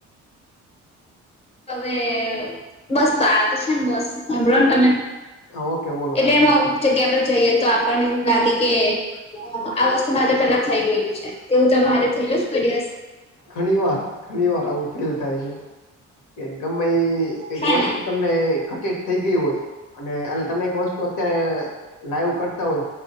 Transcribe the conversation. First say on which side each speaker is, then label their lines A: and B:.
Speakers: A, on the left (about 20°); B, on the left (about 80°).
A: હવે બસ તો આ તો છે ને બસ સાભળો ને તમે
B: હા ઓકે બોલો
A: એટલે
B: કાંઈ
A: એમાં
B: વાંધો
A: અુક
B: નઈ
A: જગ્યા આપડે જઈએ તો આપણને એવું લાગે કે આ વસ્તુ મારે પેલા થઈ ગયેલું છે તેવું તમાંર હાતે થયલું જ કોઈ દિવસ
B: ઘણી વાર ઘણી વાર આવું ફીલ થાય છે. કે ગમે કઈક
A: હે
B: વસ્તુ
A: ને
B: તમને ઘટિત થઈ ગ‌ઈ હોય. અને એ તમે એક વસ્તુ અત્યારે લાઈવ કરતા હોય.